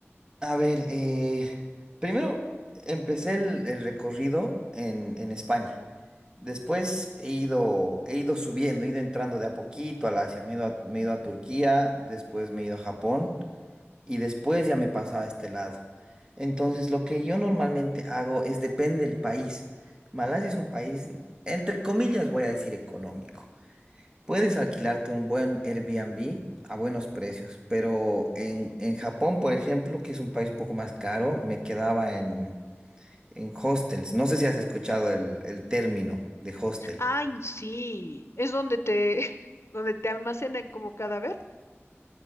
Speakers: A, on the right; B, on the left.
A: A ver, eh, primero empecé el, el recorrido en, en España. Después he ido, he ido subiendo, he ido entrando de a poquito al Asia. Me he ido a, me he ido a Turquía, después me he ido a Japón y después ya me pasaba a este lado. Entonces, lo que yo normalmente hago es depende del país. Malasia es un país, entre comillas, voy a decir económico. Puedes alquilarte un buen Airbnb a buenos precios, pero en, en Japón, por ejemplo, que es un país un poco más caro, me quedaba en, en hostels. No sé si has escuchado el, el término de hostel.
B: Ay, sí, es donde te, <laughs> donde te almacenan como cadáver,